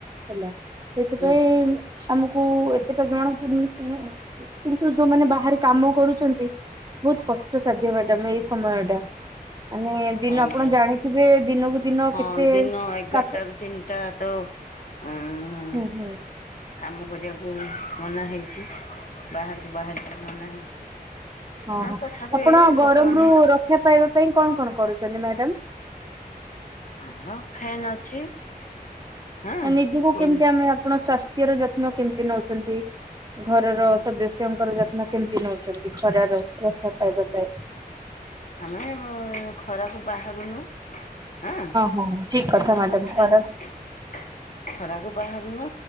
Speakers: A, on the right; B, on the left.
A: ହେଲା, ସେଥିପାଇଁ
B: ହୁଁ
A: ଆମକୁ ସେଟା ଜଣା ପଡୁନି କିନ୍ତୁ ଯୋଉମାନେ ବାହାରେ କାମ କରୁଛନ୍ତି ବହୁତ କଷ୍ଟ ସାଧ୍ୟ ମ୍ୟାଡାମ ଏଇ ସମୟ ଟା, ମାନେ ଦିନ
B: ହଁ
A: ଆପଣ
B: ପରା
A: ଜାଣିଥିବେ ଦିନକୁ ଦିନ
B: ହଁ
A: କେତେ
B: ଦିନ ଏଗାରଟ
A: ତାପ
B: ଟୁ ତିନିଟା ତ ଉଁ
A: ହୁଁ ହୁଁ,
B: କାମ କରିବାକୁ ମନା ହେଇଛି ବାହାରକୁ ବାହାରିବା ବି ମନା ହେଇଛି, <inaudible>
A: ଅ
B: ଆଁ
A: ହୋ,
B: ତଥାପି
A: ଆପଣ ଗରମ
B: ଲୋକମାନେ
A: ରୁ ରକ୍ଷା ପାଇବା ପାଇଁ କଣ କଣ କରୁଛନ୍ତି ମ୍ୟାଡ ଡାମ୍
B: ଆମର ଫ୍ୟାନ୍ ଅଛି। ହଁ
A: ନିଜକୁ
B: କୁଲ
A: କେମିତି ଆମେ ଆପଣ ସ୍ଵାସ୍ଥ୍ୟର ଯତ୍ନ କେମତି ନଉଛନ୍ତି, ଘରର ସଦସ୍ୟଙ୍କର ଯତ୍ନ କେମିତି ନଉଛନ୍ତି, ଖରାରୁ ରକ୍ଷା ପାଇବା ପାଇଁ?
B: ଆମେ ଖରାକୁ ବାହାରୁନୁ ହଁ
A: ହଁ ଠିକ କଥା
B: ଘର
A: ମ୍ୟାଡାମ
B: ଭିତରେ
A: ଖରା
B: । ଖରାକୁ ବାହାରୁନୁ